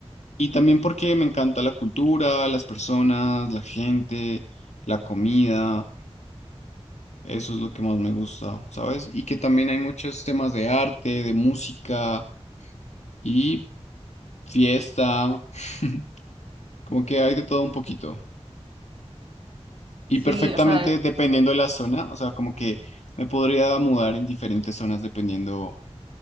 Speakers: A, on the left (about 85°); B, on the right (about 50°).
A: Y también porque me encanta la cultura, las personas, la gente, la comida, eso es lo que más me gusta, ¿sabes? Y que también hay muchos temas de arte, de música y fiesta, <laughs> como que hay de todo un poquito. Y
B: Sí,
A: perfectamente
B: o sea,
A: dependiendo de la zona, o sea, como que me podría mudar en diferentes zonas dependiendo